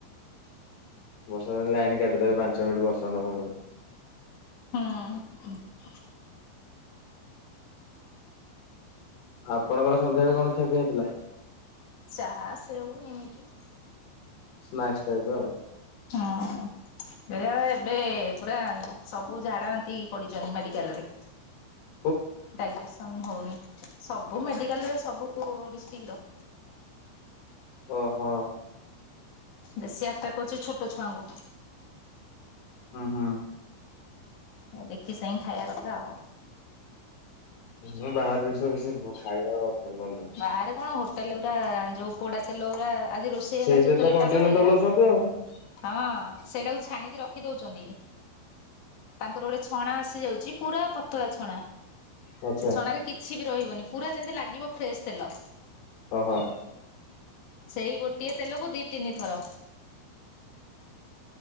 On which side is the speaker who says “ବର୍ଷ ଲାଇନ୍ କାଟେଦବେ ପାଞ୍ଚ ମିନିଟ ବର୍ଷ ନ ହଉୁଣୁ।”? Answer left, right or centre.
Left